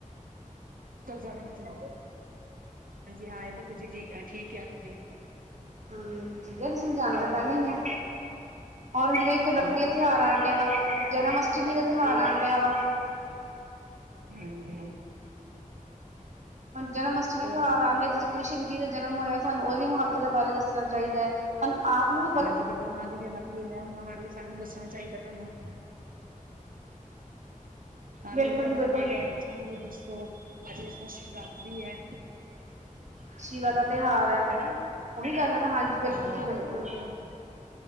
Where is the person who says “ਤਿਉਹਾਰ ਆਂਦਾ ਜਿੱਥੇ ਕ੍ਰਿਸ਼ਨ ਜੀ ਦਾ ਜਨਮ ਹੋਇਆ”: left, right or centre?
Right